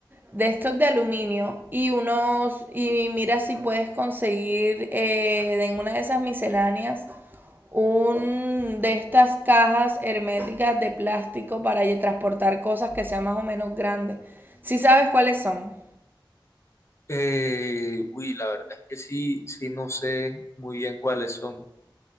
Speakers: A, on the right; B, on the left.
A: de estos de aluminio y unos y mira si puedes conseguir eh, en una de esas misceláneas un de estas cajas herméticas de plástico para transportar cosas que sean más o menos grandes. Si sabes cuáles son.
B: Eh, uy, la verdad es que sí, sí, no sé muy bien cuáles son.